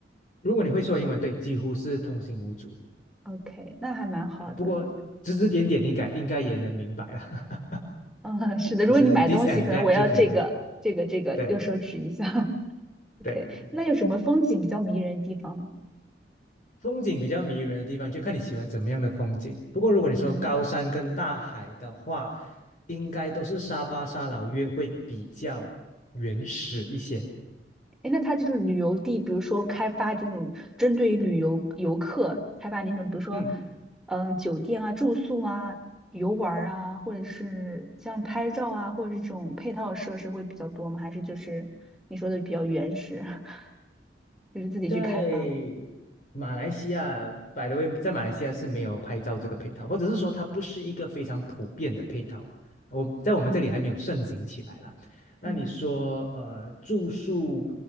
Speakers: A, on the left (about 45°); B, in the centre.
A: 如果你会说英文，对，几乎是通行无阻
B: ？OK，那还蛮好的。
A: 啊。不过指指点点应该应该也能明白了，<laughs>
B: <laughs> 嗯，是的，
A: 就是
B: 如果你买东西，
A: this and
B: 可能我要这个、
A: that 就可以了。
B: 这个、这个，
A: 对对
B: 又奢侈一下。<laughs>
A: 对对对对对，
B: OK，那有什么风景比较迷人的地方吗？
A: 风景比较迷人的地方，就看你喜欢怎么样的风景。不过如果你说高山跟大海的话，
B: 嗯，
A: 应该都是沙巴、沙劳越会比较原始一些。
B: 哎，那它这种旅游地，比如说开发这种针对于旅游游客开发那种，比如说，
A: 嗯。
B: 嗯，酒店啊、住宿啊、游玩儿啊，或者是像拍照啊，或者是这种配套设施会比较多吗？还是就是你说的比较原始，<laughs> 就是自己去开发吗？
A: 在马来西亚，by t 在马来西亚是没有拍照这个配套，或者是说它不是一个非常普遍的配套。我在我们这里还没有盛行起来啦。
B: 嗯
A: 那你说，
B: 嗯
A: 呃，住宿，